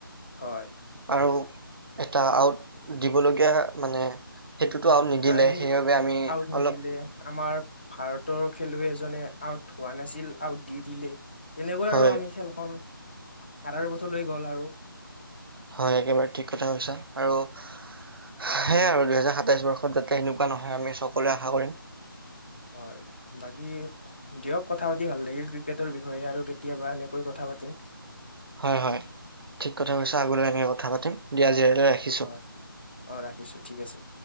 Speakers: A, on the left (about 25°); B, on the right (about 75°).
A: হয়
B: আৰু এটা আউট দি মানে সেইটোতো নিদিলে
A: নাই সেই
B: সেইবাবে আমি
A: আউট নিদিলে
B: অলপ
A: আমাৰ ভাৰতৰ খেলুৱৈ এজনে আউট হোৱা নাছিল আউট দি দিলে। তেনেকুৱাই
B: হয়
A: আৰু আমি খেলখন সাতাৰ বছৰ গ'ল আৰু
B: হয় একেবাৰে ঠিক কথা কৈছা আৰু সেইয়াই আৰু দুহেজাৰ সাতাইশ বৰ্ষত যাতে এনেকুৱা নহয় আমি সকলোৱে আশা কৰিম।
A: হয় বাকী দিয়ক কথা পাতি ভাল লাগিল ক্ৰিকেটৰ বিষয়ে আৰু কেতিয়াবা এনেকৈ কথা পাতি
B: হয় হয়, ঠিক কথা কৈছা আগলৈ এনেকৈ কথা পাতিম, দিয়া আজিলৈ ৰাখিছোঁ।
A: হয় অ ৰাখিছো ঠিক আছে